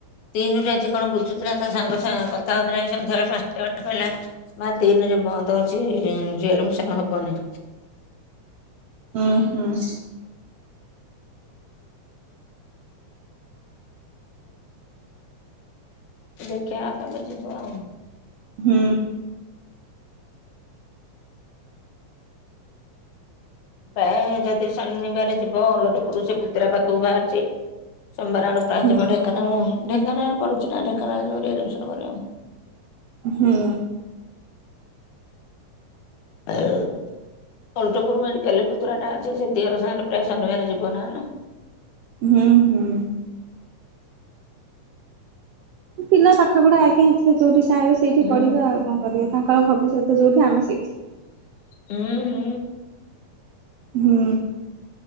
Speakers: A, on the left (about 75°); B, on the right (about 80°).
A: ତିନି ର ଆଜି କଣ ବୁ ସୁଦୁର ତା ସାଙ୍ଗ ସାଙ୍ଗ କଥା ହଉଥିଲା ସନ୍ଧ୍ୟାବେଳେ ପାଞ୍ଚଟା ବେଳେ କହିଲା ବା ତିନିରେ ବନ୍ଦ ଅଛି, ଆଡମିସନ ହବନି।
B: ହୁଁ ହୁଁ।
A: ଦେଖିବା ଆଉ କେବେ ଯିବ ଆଉ।
B: ହୁଁ।
A: ପ୍ରାୟ ଯଦି ଶନିବାର ଯିବ ଅଲଟପରୁ ସେ ପୁତୁରା ପାଖକୁ ବାହାରିଛି। ସୋମବାର ଆଡୁୁରା
B: ହୁଁ
A: ଯିବ ଢେଙ୍କାନାଳ ଢେଙ୍କାନାଳ ପଡୁଛି ନା ଢେଙ୍କାନାଳରେ ରିଆଡିମିସନ୍
B: ହୁଁ।
A: ଏଅ ଓଲଟପୁରରୁ ମେଡ଼ିକଲେ ପତୁରାଟା ଅ ସେ ଦିଅର ସାଙ୍ଗରେ ଫେର ଶନିବାରେ ଯିବ ନହେଲେ।
B: ହୁଁ ହୁଁ। ପିଲା ପାଠ ପଢା ଆଜ୍ଞା ସେ ଯୋଉଁଠି ଚାହିଁବେ ସେଇଠି
A: ହୁଁ
B: ପଢିବା ଆଉ କଣ କରିବା ତାଙ୍କର ଭବିଷ୍ୟତ ଯୋଉଁଠି ଆମେ ସେଇଠି।
A: ହୁଁ ହୁଁ।
B: ହୁଁ।